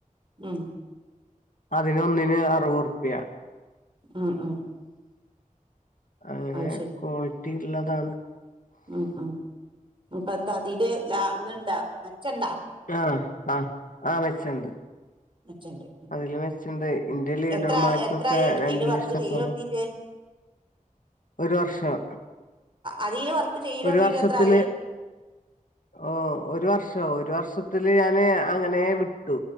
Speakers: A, on the right; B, on the left.
A: ഉം
B: അതിന് ഒന്നിന് അറുപതുർപ്യ
A: ഉം ഉം
B: അങ്ങനെ
A: അത് ശരി
B: ക്വാളിറ്റി ഇള്ളതാണ്
A: ഉം ഉം ഇപ്പ എന്താ അതില് ലാ ത്ണ്ട മെച്ചണ്ട
B: ആഹ് ആഹ് ആഹ് മെച്ചണ്ട്
A: മെച്ചണ്ട്
B: അതില് മെച്ചണ്ട് ഇന്റെ ലീഡർമാർക്കൊക്കെ
A: എത്ര എത്രായി
B: രണ്ട്
A: അതില് വർക്ക്
B: ലക്ഷത്തോളം
A: ചെയ്യ തൊത്തിയിട്ട്
B: ഒരു വർഷം
A: അതീ വർക്ക് ചെയ്ലോടങ്ങീട്ട്
B: ഒരു വർഷത്തില്
A: എത്രായി
B: ഓ ഒരു വർഷോ ഒരു വർഷത്തില് ഞാന് അങ്ങനെ വിട്ടു